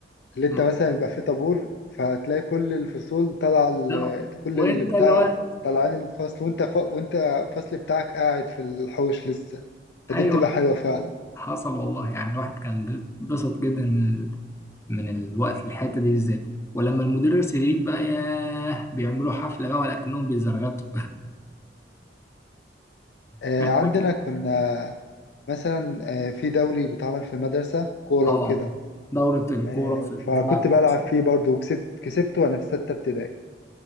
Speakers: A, on the left; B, on the left.
A: اللي أنت
B: م-
A: مثلا بيبقى فيه طابور فتلاقي كل الفصول طالعة ال-
B: ده
A: كل
B: وانت
A: اللي بتاع
B: اللي هو
A: طالعين الفصل وأنت ف... وأنت الفصل بتاعك قاعد في الحوش لسه فدي
B: ايوه
A: بتبقى حلوة فعلا
B: حصل والله يعني الواحد كان بسط جدا من ال... من الوقت الحته دي بالذات ولما المدرس يغيب بقى ياه بيعملوا حفله بقى ولكنهم بيزرغطوا <laughs>
A: آه،
B: يعني
A: عندنا
B: فاكر
A: كنا مثلا آه، في دوري بيتعمل في مدرسة كورة
B: اه
A: وكده
B: دورة الكورة
A: آه،
B: في
A: فكنت
B: بتلعب في
A: بلعب
B: الفسحة
A: فيه برضه وكسبت كسبته وأنا في ستة ابتدائي